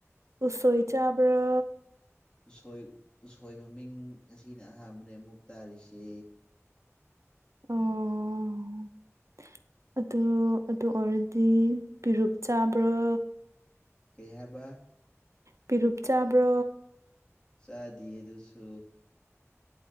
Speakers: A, on the right (about 75°); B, on the left (about 20°).
A: ꯎꯁꯣꯏ ꯆꯥꯕ꯭ꯔꯣ
B: ꯎꯁꯣꯏ ꯎꯁꯣꯏ ꯃꯃꯤꯡ ꯉꯁꯤꯅ ꯑꯍꯥꯟꯕꯅꯦ ꯑꯃꯨꯛ ꯇꯥꯔꯤꯁꯦ
A: ꯑꯣ ꯑꯗꯨ ꯑꯗꯨ ꯑꯣꯏꯔꯗꯤ ꯄꯤꯔꯨꯛ ꯆꯥꯕ꯭ꯔꯣ
B: ꯀꯩ ꯍꯥꯏꯕ
A: ꯄꯤꯔꯨꯞ ꯆꯥꯕ꯭ꯔꯣ
B: ꯆꯥꯗꯤꯌꯦ ꯑꯗꯨꯁꯨ